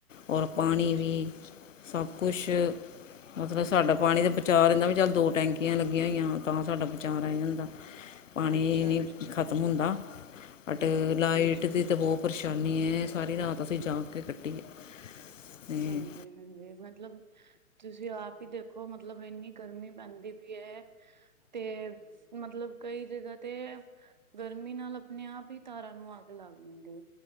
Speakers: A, on the left; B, on the right.
A: ਔਰ ਪਾਣੀ
B: ਅੱਛਾ
A: ਵੀ ਸਭ ਕੁਸ਼ ਮਤਲਬ ਸਾਡਾ ਪਾਣੀ ਦਾ ਬਚਾ ਰਹਿੰਦਾ ਵੀ ਚੱਲ ਦੋ ਟੈਂਕੀਆਂ ਲੱਗੀਆਂ ਹੋਈਆਂ ਤਾਂ ਸਾਡਾ ਬਚਾ ਰਹਿ ਜਾਂਦਾ ਪਾਣੀ
B: ਅੱਛਾ
A: ਨਹੀਂ
B: ਅੱਛਾ
A: ਖਤਮ ਹੁੰਦਾ ਬਟ ਲਾਈਟ
B: ਜੀ
A: ਦੀ ਤਾਂ ਬਹੁਤ ਪਰੇਸ਼ਾਨੀ ਏ ਸਾਰੀ ਰਾਤ ਅਸੀਂ ਜਾਗ ਕੇ ਕੱਟੀ ਹੈ ਅਤੇ
B: ਹਾਂਜੀ ਹਾਂਜੀ ਮਤਲਬ ਤੁਸੀਂ ਆਪ ਹੀ ਦੇਖੋ ਮਤਲਬ ਮਤਲਬ ਇੰਨੀ ਗਰਮੀ ਪੈਂਦੀ ਏ ਤੇ ਮਤਲਬ ਕਈ ਜਗ੍ਹਾ ਤੇ ਗਰਮੀ ਨਾਲ ਆਪਣੇ ਆਪ ਹੀ ਤਾਰਾਂ ਨੂੰ ਅੱਗ ਲੱਗ ਜਾਂਦੀ ਆ।